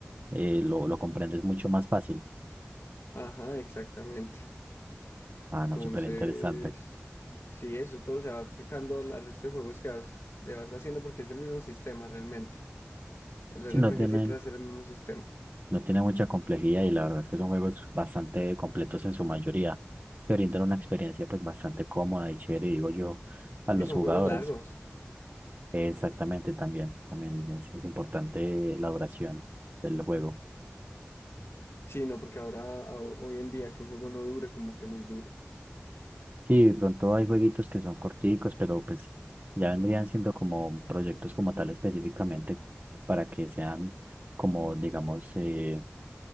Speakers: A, on the right (about 45°); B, on the left (about 80°).
A: eh, lo, lo comprendes mucho más fácil.
B: Ajá, exactamente.
A: Ah,
B: Entonces,
A: no, súper interesante.
B: sí, eso todo se va aplicando al al resto de juegos que vas- le vas haciendo porque es el mismo sistema realmente. El
A: Si
B: RPG
A: no tiene
B: siempre va a ser el mismo sistema.
A: No tiene mucha complejidad y la verdad es que son juegos bastante completos en su mayoría, que brindan una experiencia pues bastante cómoda y chévere, digo yo, a los
B: Y son
A: jugadores.
B: juegos largos.
A: Exactamente, también, también es, es importante la duración del juego.
B: Sí, no, porque ahora, a- hoy en día, que un juego no dure, como que muy duro.
A: Sí, de pronto hay jueguitos que son corticos, pero pues ya vendrían siendo como proyectos como tal específicamente para que sean como, digamos, eh,